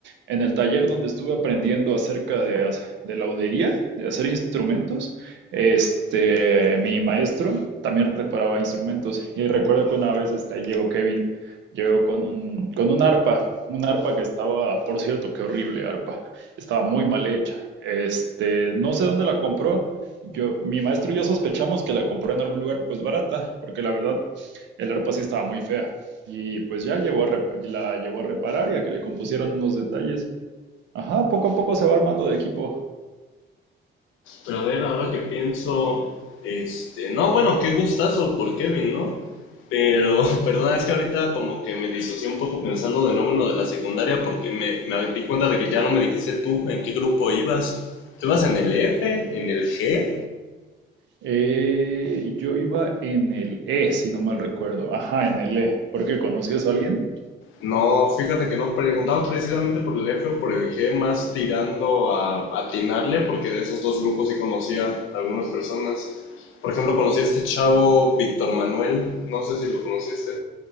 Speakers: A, on the right (about 70°); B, on the left (about 90°).
A: en el taller donde estuve aprendiendo acerca de, hac- de laudería, de hacer instrumentos, este, mi maestro también reparaba instrumentos. Y recuerdo que una vez este, llegó Kevin, llegó con un, con un arpa, un arpa que estaba, por cierto, qué horrible arpa, estaba muy mal hecha. Este, no sé dónde la compró. Yo, mi maestro y yo sospechamos que la compró en algún lugar pues barata, porque la verdad el arpa sí estaba muy fea. Y pues ya llevó a repa- la llevó a reparar y a que le compusieran unos detalles. Ajá, poco a poco se va armando de equipo.
B: Pero a ver, ahora que pienso, este, no, bueno, qué gustazo por Kevin, ¿no? Pero, <laughs> perdona, es que ahorita como que me disocié un poco pensando de nuevo en lo de la secundaria porque me, me di cuenta de que ya no me dijiste tú en qué grupo ibas. ¿Tú ibas en el F? ¿En el G?
A: Eh, yo iba en el E, si no mal recuerdo. Ajá, en el E. ¿Por qué conocías a alguien?
B: No, fíjate que no preguntaba precisamente por el F o por el G, más tirando a atinarle porque de esos dos grupos sí conocía a algunas personas. Por ejemplo, conocí a este chavo Víctor Manuel, no sé si lo conociste.